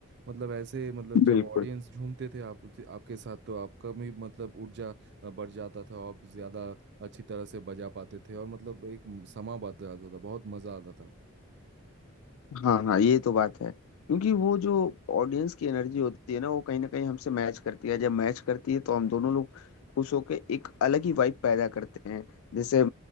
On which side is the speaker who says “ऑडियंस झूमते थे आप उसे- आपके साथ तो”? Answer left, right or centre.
Right